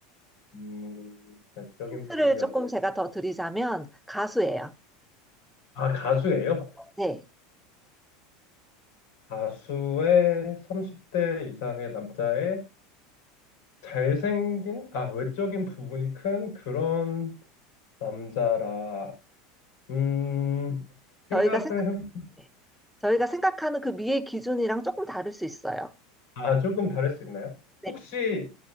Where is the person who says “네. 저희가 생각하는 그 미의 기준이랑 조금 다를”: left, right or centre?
Centre